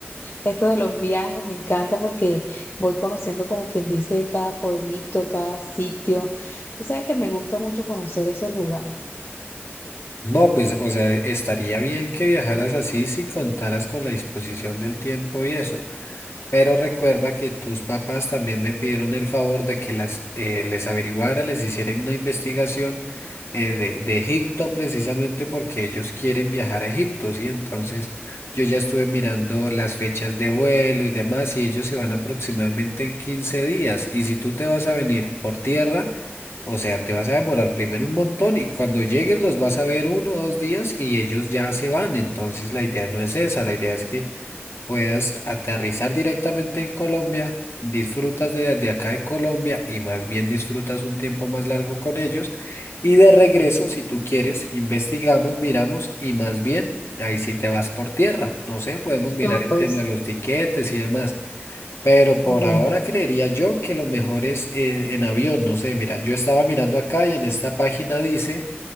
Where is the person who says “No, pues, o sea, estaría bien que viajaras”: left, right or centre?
Left